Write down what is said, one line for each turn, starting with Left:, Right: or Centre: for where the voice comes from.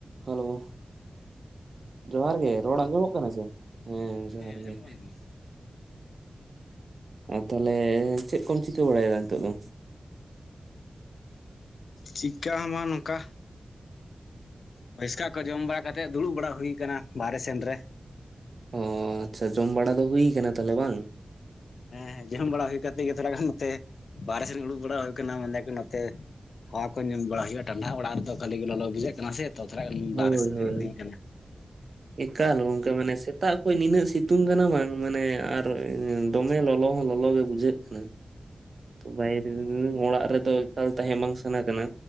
Right: Hello, ᱡᱚᱦᱟᱨ ᱜᱮ, ᱨᱚᱲ ᱟᱸᱡᱚᱢᱚᱜ ᱠᱟᱱᱟ ᱥᱮ? ᱦᱮᱸ ᱡᱚᱦᱟᱨ
Left: ᱟᱸᱡᱚᱢᱚᱜ
Right: ᱜᱮ᱾
Left: ᱠᱟᱱ ᱜᱮᱭᱟ
Right: ᱚ ᱛᱟᱦᱞᱮ ᱪᱮᱫ ᱠᱚᱢ ᱪᱤᱠᱟᱹ ᱵᱟᱲᱟᱭᱮᱫᱟ ᱱᱤᱛᱚᱜ ᱫᱚ?
Left: ᱪᱤᱠᱟᱹ ᱦᱚᱸ ᱵᱟᱝ ᱱᱚᱝᱠᱟ <unintelligible> ᱠᱚ ᱡᱚᱢ ᱵᱟᱲᱟ ᱠᱟᱛᱮᱫ ᱫᱩᱲᱩᱵ ᱵᱟᱲᱟ ᱦᱩᱭ ᱟᱠᱟᱱᱟ ᱵᱟᱦᱨᱮ ᱥᱮᱱ ᱨᱮ᱾
Right: ᱚ ᱟᱪᱪᱷᱟ ᱡᱚᱢ ᱵᱟᱲᱟ ᱫᱚ ᱦᱩᱭ ᱟᱠᱟᱱᱟ ᱛᱟᱦᱚᱞᱮ ᱵᱟᱝ?
Left: ᱦᱮᱸᱦᱮᱸ ᱡᱚᱢ ᱵᱟᱲᱟ ᱦᱩᱭ ᱠᱟᱛᱮ ᱜᱮ ᱛᱷᱚᱲᱟ ᱜᱟᱱ ᱱᱚᱛᱮ ᱵᱟᱨᱦᱮ ᱥᱮᱱ ᱩᱲᱩᱠ ᱵᱟᱲᱟ ᱦᱩᱭ ᱟᱠᱟᱱᱟ ᱢᱟᱱᱮ ᱛᱮ ᱦᱟᱣᱟ ᱠᱚ ᱧᱟᱢ ᱵᱟᱲᱟ ᱦᱩᱭᱩᱜᱼᱟ ᱴᱟᱱᱰᱟᱷᱟ ᱚᱲᱟᱜ ᱨᱮᱫᱚ ᱠᱷᱟᱹᱞᱤ ᱜᱮ ᱞᱚᱞᱚ ᱵᱩᱷᱟᱹᱜ ᱠᱟᱱᱟ ᱥᱮ᱾ ᱛᱚ ᱛᱷᱚᱲᱟ
Right: ᱦᱳᱭ
Left: ᱵᱟᱦᱨᱮ ᱥᱮᱱ
Right: ᱦᱳᱭ
Left: ᱦᱮᱜ ᱦᱩᱭ ᱠᱟᱱᱟ᱾
Right: ᱮᱠᱟᱞ ᱜᱚᱝᱠᱮ ᱢᱟᱱᱮ ᱥᱮᱛᱟᱜ ᱠᱷᱚᱱ ᱱᱤᱱᱟᱹᱜ ᱥᱤᱛᱩᱝ ᱠᱟᱱᱟ ᱵᱟᱝ ᱢᱟᱱᱮ ᱟᱨ ᱫᱚᱢᱮ ᱞᱚᱞᱚ ᱦᱚᱸ ᱞᱚᱞᱚ ᱜᱮ ᱵᱩᱡᱷᱟᱹᱜ ᱠᱟᱱᱟ ᱵᱟᱭᱨᱮ ᱚᱲᱟᱜ ᱨᱮᱫᱚ ᱮᱠᱟᱞ ᱛᱟᱦᱮᱸ ᱵᱟᱝ ᱥᱟᱱᱟ ᱠᱟᱱᱟ